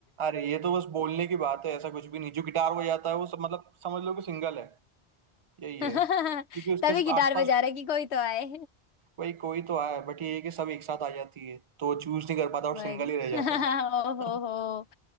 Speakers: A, on the right (about 45°); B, on the left (about 85°).
A: अरे ये तो बस बोलने की बात है ऐसा कुछ भी नहीं जो गिटार बजाता है वो सब मतलब समझ लो कि सिंगल है यही
B: <laughs>
A: है क्योंकि उसके
B: तभी गिटार
A: आसपास
B: बजा रहा है कि कोई तो आए
A: वही कोई तो है बट ये है कि सब एक साथ आ जाती है तो चूज नहीं कर पाता और
B: बस
A: सिंगल ही रह जाता
B: ओ
A: है
B: हो
A: <laughs>
B: <laughs> हो